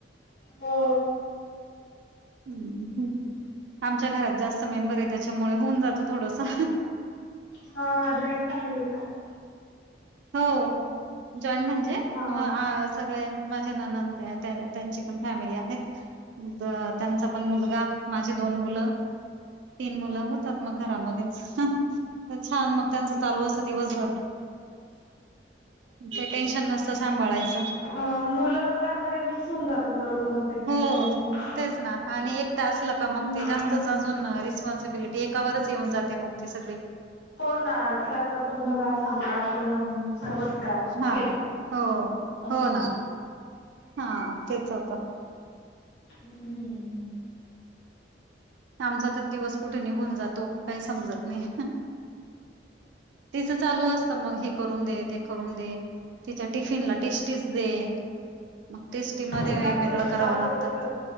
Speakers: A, on the left (about 80°); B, on the right (about 85°).
A: हो.
B: हम ह. आमच्या घरात जास्त मेंबर आहे. त्याच्यामुळे होऊन जात थोडसं.
A: हां. जॉइंट फॅमिली का?
B: हो. जॉईन म्हणजे
A: हा
B: हम आ सगळे माझ्या नणंद त्या आहेत्या. त्या त्यांची पण फॅमिली आहेत. द त्यांचा पण मुलगा. माझी दोन मुलं तीन मुलं
A: अ
B: होतात मग घरामध्येच. तर छान मग त्यांचं चालू असतं दिवसभर. काही टेन्शन नसतं सांभाळायचं.
A: अ मुलं मुलांमध्ये मिक्स होऊन जातात बरोबर मग. ते काही
B: हो
A: टेन्शन नसतं.
B: तेच ना. आणि एकट असलं का मग
A: हम्म.
B: ते जास्तच अजून रिस् स्पॉनसिबिलिटी एकावरच येऊन जाते मग ती सगळी.
A: हो ना. घरातलं पण बघा. सांभाळा पण अन सर्वच करा
B: हां
A: बाहेर
B: हो
A: असं
B: हो
A: होतं.
B: ना हां तेच होतं.
A: हम्म हम.
B: आमचा तर दिवस कुठे निघून जातो काही समजत नाही. तिचं चालू असतं मग हे करून दे ते करून दे. तिच्या टिफिन ला टेस्टीच दे. मग टेस् टी मध्ये
A: मुलांचं
B: वेगवेगळं
A: तर
B: कराव
A: चालूच
B: लागत
A: असतं.